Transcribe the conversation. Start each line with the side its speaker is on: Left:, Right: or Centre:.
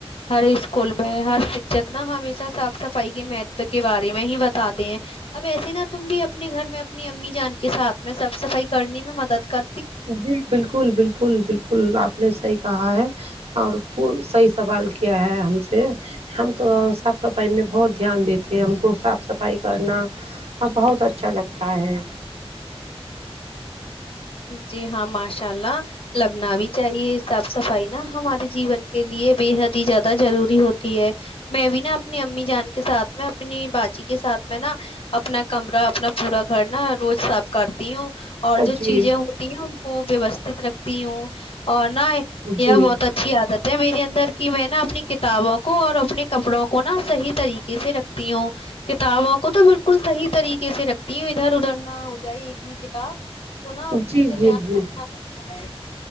Left: ہر اسکول میں ہر شکھک نا ہمیشہ صاف صفائی کے مہتو کے بارے میں ہی بتاتے ہیں اب ایسے نہا تم بھی اپنے گھر میں اپنی امی جان کے سھ میں صف صفائی کرنے میں مدد کر
Right: جی بالکل بالکل بالکل آپ نے صحیح کہا ہے اور پ صحیح سوال کیا ہے ہم سے ہم تو صاف صفائی میں بہت دھیان دیتے ہیں ہم کو صاف صفائی کرنا اب بہت اچھا لگتا ہے
Left: جی ہاں ماشاء اللہ لگنا بھی چاہیے صاف صفائی نا ہمارے جیون کے لیے بے حد ہی زیادہ ضروری ہوتی ہے میں بھی نا اپنی امی جان کے ساتھ میں اپنی باجی کے ساتھ میں نا اپنا کمرہ اپنا پورا گھر نا روز صاف کرتی ہوں اور جو
Right: جی
Left: چیزیں ہوتی ان کو ووستھت رکھتی ہوں اور نہا یہ
Right: جی
Left: بہت اچا اچھی عادت ہے میرے اندر کہ میں نا اپنی کتابوں کو اور اپنے کپڑوں کو نا صحیح طریقے سے رکھ تی ہ کتابوں کو تو بالکل صحیح طریقے سے رکھتی ہ ادھر ادھر نہ ہو جائے ایک بھی کتاب تو نا
Right: جی
Left: مجھے
Right: جی
Left: دھیان
Right: جی
Left: رکھنا پڑتا ہے